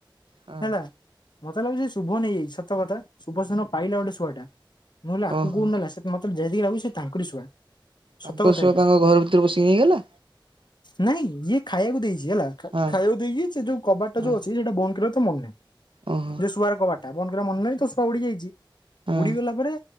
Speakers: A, on the right; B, on the left.
A: ହଁ
B: ହେଲା। ମତେ ଲାଗୁଛି ସେ ଶୁଭ ନେଇ ଯାଇଛି ସତ କଥା ଶୁଭ ସେ ଦିନ ପାଇଲା ଗୋଟେ ଶୁଆ ଟା ମୁଁ ଭାବିଲି ଆକୁ
A: ଓହୋ।
B: କୋଉଠି ନେଲା। ମତେ ଯେହେତିକି ଲାଗୁ ସେ ତାଙ୍କରି ଶୁଆ।
A: ତାଙ୍କ
B: ସତ କଥା
A: ଶୁଆ
B: ଏଇଟା
A: ତାଙ୍କ ଘର ଭିତରେ ପସିକି ନେଇଗଲା।
B: ନାଇଁ ଇଏ ଖାଇବାକୁ ଦେଇଛି ହେଲା ଖା
A: ହଁ
B: ଖାଇବାକୁ ଦେଇକି ସେ ଯୋଉ କବାଟା
A: ହଁ
B: ଯୋଉ ଅଛି ସେଇଟା ବନ୍ଦ କରିବାକୁ। ତ ମନେ ନାହିଁ
A: ଓହୋ
B: ଯେ ଶୁଆର କବାଟା ବନ୍ଦ କରିବାକୁ ମନେ ନାହିଁ ତ ଶୁଆ ଉଡି ଯାଇଛି
A: ହଁ।
B: ଉଡିଗଲା ପରେ।